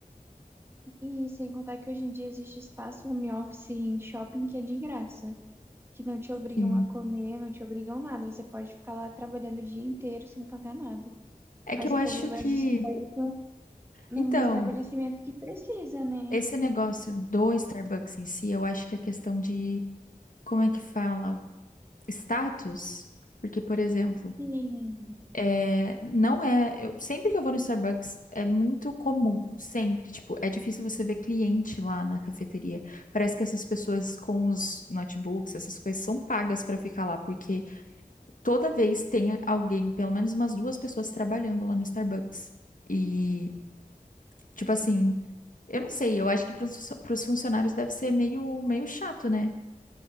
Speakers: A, on the right; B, on the left.
A: E sem contar que hoje em dia existe espaço home office em shopping que é de graça, que não te obrigam
B: Sim.
A: a comer, não te obrigam nada. Você pode ficar lá trabalhando o dia inteiro sem pagar nada.
B: É
A: Mas
B: que eu
A: o
B: acho
A: povo faz
B: que.
A: isso, faz isso num
B: Então.
A: estabelecimento que precisa, né?
B: Esse negócio do Starbucks em si, eu acho que é questão de, como é que fala? Status. Porque, por exemplo,
A: Sim,
B: é, não é. eu- sempre que eu vou no Starbucks, é muito comum, sempre. Tipo, é difícil você ver cliente lá na cafeteria. Parece que essas pessoas com os notebooks, essas coisas, são pagas pra ficar lá, porque toda vez tem alguém, pelo menos umas duas pessoas trabalhando lá no Starbucks. E, tipo assim, Eu não sei, eu acho que para os funcionários deve ser meio, meio chato, né?